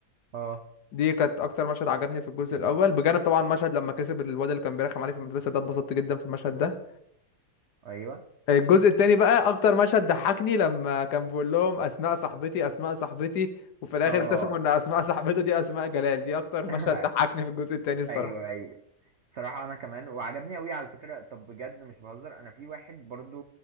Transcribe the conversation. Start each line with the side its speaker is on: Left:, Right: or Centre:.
Right: اه
Left: دي كانت اكتر مشهد عجبني في الجزء الاول بجانب طبعا مشهد لما كسب الواد اللي كان بيرخم عليه في المدرسة ده اتبسطت جدا في المشهد ده
Right: ايوه
Left: الجزء التاني بقى اكتر مشهد ضحكني لما كان بيقول لهم اسماء صاحبتي اسماء صاحبتي وفي الاخر
Right: اه
Left: اكتشفوا ان اسماء صاحبته دي اسماء جلال دي اكتر مشهد
Right: <laughs>
Left: ضحكني في الجزء التاني الصراحة
Right: ايوه ايوه صراحه انا كمان وعجبني قوي على فكره طب بجد مش بهزر انا في واحد برضو